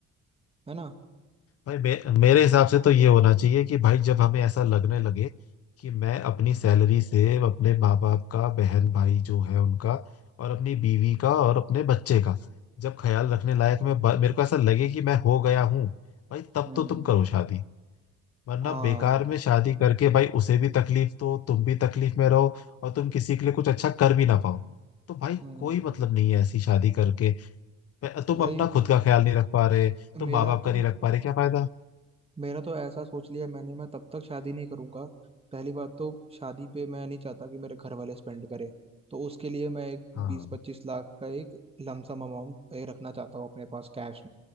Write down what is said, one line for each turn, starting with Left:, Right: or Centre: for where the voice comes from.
Right: है ना
Left: भाई मे, मेरे हिसाब से तो ये होना चाहिए कि भाई जब हमें ऐसा लगने लगे कि मैं अपनी सैलरी से अपने माँ बाप का बहन भाई जो है उनका और अपनी बीवी का और अपने बच्चे का जब ख्याल रखने लायक मैं ब- मेरे को ऐसा लगे कि मैं हो गया हूँ भाई तब
Right: हम्म
Left: तो तुम करो शादी वरना
Right: हाँ
Left: बेकार में शादी करके भाई उसे भी तकलीफ दो तुम भी तकलीफ में रहो और तुम किसी के लिए कुछ अच्छा कर भी ना पाओ तो भाई
Right: हम्म
Left: कोई मतलब नहीं है ऐसी शादी करके मैं- तुम
Right: भाई
Left: अपना खुद का ख्याल नहीं रख पा रहे
Right: मेरा
Left: तुम माँ बाप
Right: तो
Left: का नहीं रख पा रहे क्या फायदा
Right: मेरा तो ऐसा सोच लिया मैंने मैं तब तक शादी नहीं करूंगा पहली बात तो शादी पे मैं नहीं चाहता कि मेरे घर वाले स्पेंड करें तो उसके लिए मैं एक
Left: हाँ
Right: बीस पच्चीस लाख का एक लमसम अमाउंट रखना चाहता हूँ अपने पास कैश